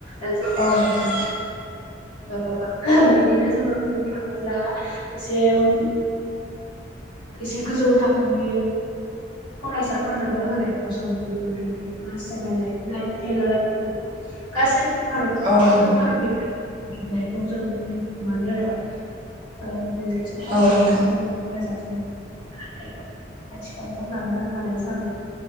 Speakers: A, on the left; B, on the right.
A: ओ जों
B: अ नोंथां।
A: ओ बिदिनो जोङो बुंनो थाङोब्ला एसे ओ एसे गोजौ था खोनि फरायसाफोरनोबो होनायखौ जों नुनो मोनदों जेरै क्लास सेभेन इद नाइन <unintelligible> गासै भारत
B: औ नोंथां
A: भारतनिफ्रायश नायखौ जों मोनो आरो जेरैओ आरो
B: औ नोंथां
A: स हाजारानि। <unintelligible> आथिखालाव लानो हानाय जाबाय